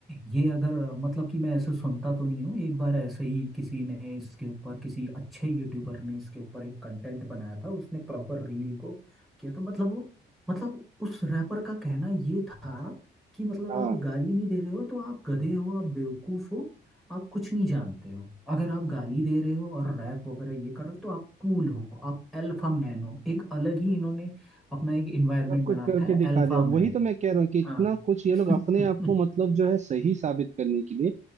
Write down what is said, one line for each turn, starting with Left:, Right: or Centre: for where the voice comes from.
Centre: ये अगर मतलब कि मैं ऐसे सुनता तो नहीं हूँ एक बार ऐसे ही किसी ने इसके ऊपर किसी अच्छे यूट्यूबर ने इसके ऊपर एक कंटेंट बनाया था उसने प्रॉपर रील को किया था मतलब वो मतलब उस रैपर का कहना ये था कि मतलब
Right: हाँ
Centre: आप गाली नहीं दे रहे हो तो आप गधे हो आप बेवकूफ हो आप कुछ नहीं जानते हो अगर आप गाली दे रहे हो और रैप वगैरह ये कर रहे हो तो आप कूल हो आप अल्फा मैन हो एक अलग ही इन्होंने अपना एक इन्वायरमेंट
Right: सब कुछ
Centre: बना
Right: करके
Centre: रखा है
Right: दिखा
Centre: अल्फा
Right: दिया वही
Centre: मैन
Right: तो मैं कह रहा हूँ कि इतना
Centre: हाँ
Right: कुछ ये लोग
Centre: <laughs>
Right: अपने आप को मतलब जो है सही साबित करने के लिए